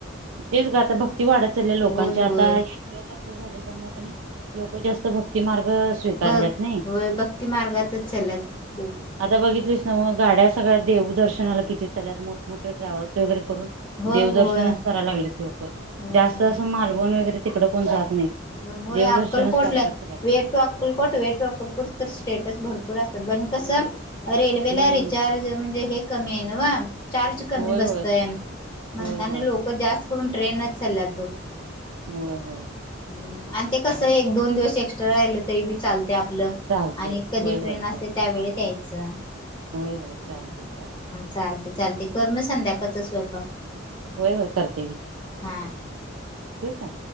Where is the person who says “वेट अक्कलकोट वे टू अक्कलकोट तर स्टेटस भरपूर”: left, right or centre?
Left